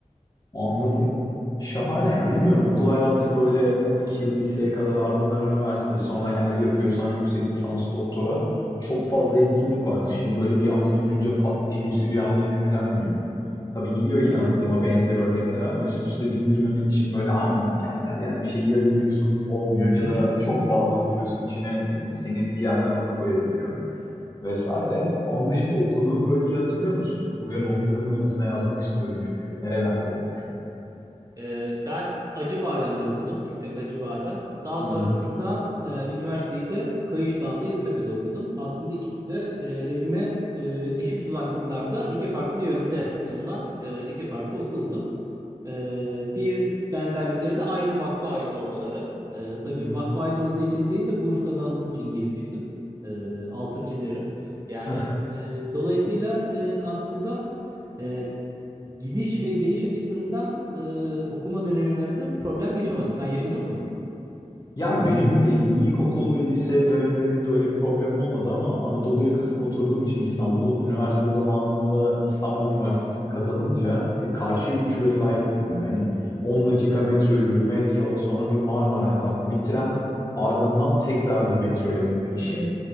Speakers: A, on the left; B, on the right.
A: Anladım. Şahane ya. Bilmiyorum okul hayatı böyle 12 yıl liseye kadar ardından üniversite sonra eğer yapıyorsan yüksek lisans doktora çok fazla etkinlik vardır. Şimdi böyle bir anda düşünce pat diye hepsi bir anda yüklenmiyor. Tabii geliyor yine
B: Evet.
A: aklıma benzer örnekler ama üst üste bindirmemek için böyle aynı hikayeler. Yani bir şeyi ya deniyorsun olmuyor ya
B: Hı hı.
A: da çok fazla düşüyorsun içine e, seni bir yerden alıkoyabiliyor vesaire. Onun dışında okuduğun bölgeyi hatırlıyor musun? Buraya notlarımın arasına yazmak istiyorum çünkü nerelerde okumuştun?
B: Ee, ben Acıbadem'de okudum. İstek Acıbadem. Daha
A: Hı
B: sonrasında
A: hı.
B: e, üniversiteyi de Kayışdağ'da Yeditepe'de okudum. Aslında ikisi de e, evime e, eşit uzaklıklarda iki farklı yönde bulunan e, iki farklı okuldu. E, bir benzerlikleri de aynı vakfa ait olmaları. E, tabii
A: Hı hı.
B: vakfa ait olduğu için değil de burs kazandığım için girmiştim. E, altın çizerim. Yani
A: Hah.
B: e, dolayısıyla e, aslında... E, Gidiş ve geliş açısından e, okuma dönemlerimde problem yaşamadım. Sen yaşadın mı?
A: Yani benim e, ilkokul ve lise dönemlerinde öyle bir problemim olmadı ama Anadolu yakasında oturduğum için İstanbul'un üniversite zamanında İstanbul Üniversitesi'ni kazanınca e, karşıya 3 vesait gitmek. Hani 10 dakika metro yürü metro sonra bir Marmaray farklı bir tren ardından tekrar bir metroya binme işi.